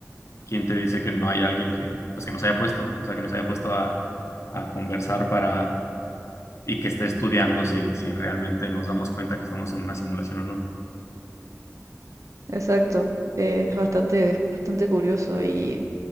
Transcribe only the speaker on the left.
¿quién te dice que no hay alguien que, pues que nos haya puesto? O sea, que nos haya puesto a, a conversar para, y que esté estudiando si, si realmente nos damos cuenta que estamos en una simulación o no.